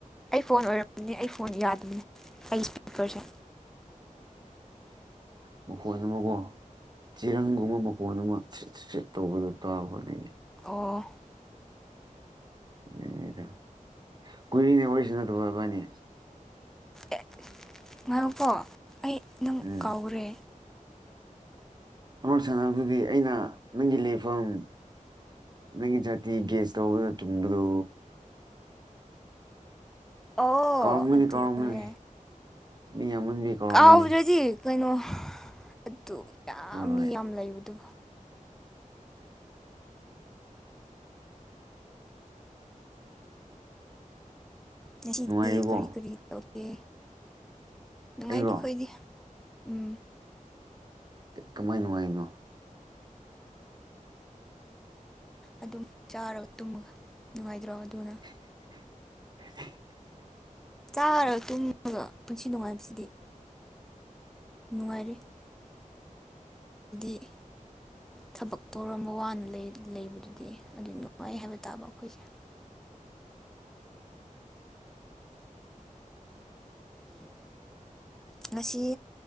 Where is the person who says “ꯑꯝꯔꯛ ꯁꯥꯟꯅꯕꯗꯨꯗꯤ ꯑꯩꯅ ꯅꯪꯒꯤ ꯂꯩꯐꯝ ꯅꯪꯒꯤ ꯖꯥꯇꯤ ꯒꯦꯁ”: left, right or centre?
Right